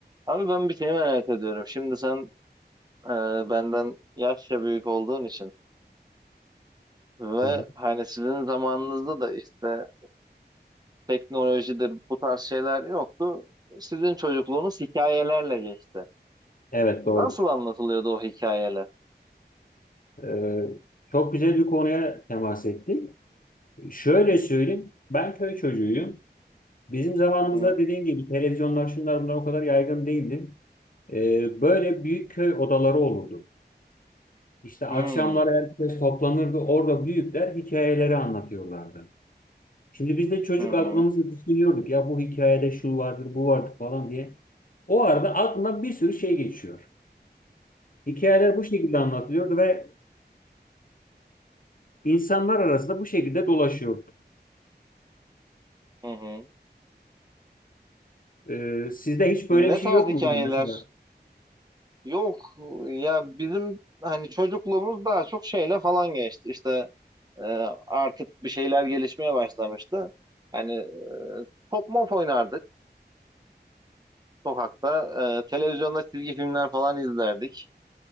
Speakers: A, on the right; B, on the left.
A: Abi ben bir şey merak ediyorum. Şimdi sen e, benden yaşça büyük olduğun için ve
B: Hı hı.
A: hani sizin zamanınızda da işte teknolojidir bu tarz şeyler yoktu. Sizin çocukluğunuz hikayelerle geçti.
B: Evet
A: Nasıl
B: doğrudur.
A: anlatılıyordu o hikayeler?
B: Ee, çok güzel bir konuya temas ettik. Şöyle söyleyeyim, ben köy çocuğuyum. Bizim zamanımızda
A: Hı hı.
B: dediğim gibi televizyonlar şunlar bunlar o kadar yaygın değildi. Ee, böyle büyük köy odaları olurdu. İşte
A: Hmm,
B: akşamlar herkes toplanırdı. Orada büyükler hikayeleri anlatıyorlardı. Şimdi biz de çocuk
A: Hı hı.
B: aklımızı düşünüyorduk. Ya bu hikayede şu vardır, bu vardır falan diye. O arada aklına bir sürü şey geçiyor. Hikayeler bu şekilde anlatılıyordu ve insanlar arasında bu şekilde dolaşıyordu.
A: Hı hı.
B: Ee, sizde hiç
A: Ne
B: böyle bir şey
A: tarz
B: yok
A: hikayeler?
B: muydu mesela?
A: Yok ya bizim hani çocukluğumuz daha çok şeyle falan geçti. İşte E, artık bir şeyler gelişmeye başlamıştı. Hani e, top mop oynardık sokakta. E, televizyonda çizgi filmler falan izlerdik.